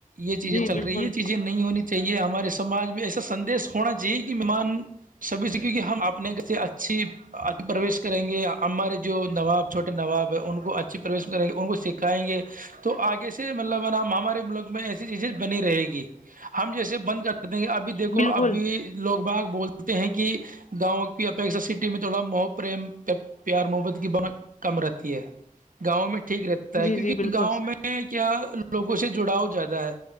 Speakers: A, on the right; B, on the left.
A: یہ چیزیں
B: جی
A: چل
B: بالکل
A: رہی یہ چیزیں نہیں ہونی چاہیے ہمارے سماج میں ایسا سدیش ہونا چاہیے کہ مہمان سبھی سے کیونک ہم اپنے سے اچھی اچ پرویش کریں گے ہمارے جو نواب چھوے نواب ہے ان کو اچھی پروش کریں گے ان کو سکھائیں گے تو آگے سے مطلب ہے نا ہمارے ملک میں ایسے چیزیں بنی رہے گی ہم جیسے بند کر دیں گے ابھی دیکھو
B: بالکل
A: ابھی لوگ باغ بولتے ہیں کہ گاؤں کی اپیکشا سٹی میں تھوڑا محب پریم پیار محبت کی بنا کم رہتی ہے گاؤوں میں ٹھیک رہتی
B: جی
A: کیونکہ
B: جی بالکل
A: گاؤں میں کیا لوگوں سے جڑاؤ زیادہ ہے